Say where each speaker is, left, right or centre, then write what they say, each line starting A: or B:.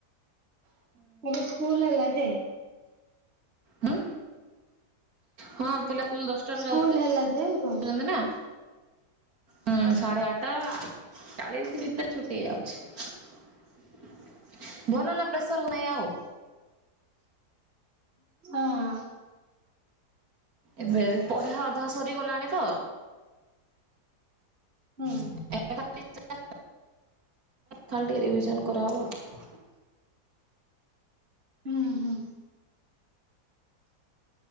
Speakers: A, on the right (about 40°); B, on the right (about 60°).
A: ଏବେ ସ୍କୁଲ ହେଇଗଲା ଯେ
B: ହୁଁ। ହଁ ପିଲା ସ୍କୁଲ ଦଶଟାରୁ
A: ସ୍କୁଲ ହେଲା ଯେ କଣ?
B: ଯାଉଛନ୍ତି ନା ହୁଁ ସାଢେ ଆଠଟା ଚାଳିଶ ଭିତରେ ଛୁଟି ହେଇଯାଉଛି। ଭଲ ହେଲା ପ୍ରେସର ହଉ ନାହିଁ ଆଉ।
A: ହଁ।
B: ଏବେ ପଢା ଅଧା ସରିଗଲାଣି ତ
A: ହଁ।
B: <unintelligible> ଖଲଟି ରିଭିଜନ କରହବ ଆଉ।
A: ହୁଁ ହୁଁ